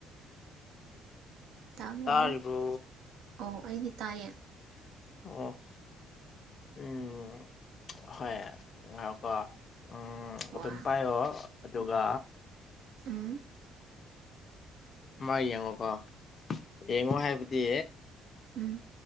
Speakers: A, on the right; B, on the left.
A: ꯇꯥꯕ꯭ꯔꯣ
B: ꯇꯥꯔꯤꯕ꯭ꯔꯣ
A: ꯑꯣ ꯑꯩꯗꯤ ꯇꯥꯏꯌꯦ
B: ꯑꯣ ꯎꯝ ꯍꯣꯏ ꯉꯥꯢꯀꯣ ꯎꯝ
A: ꯍꯣꯏ
B: ꯑꯗꯨꯝ ꯄꯥꯏꯌꯣ ꯑꯗꯨꯒ
A: ꯎꯝ
B: ꯃꯥ ꯌꯦꯡꯉꯣꯀꯣ ꯌꯦꯡꯉꯣ ꯍꯥꯏꯕꯗꯤ
A: ꯎꯝ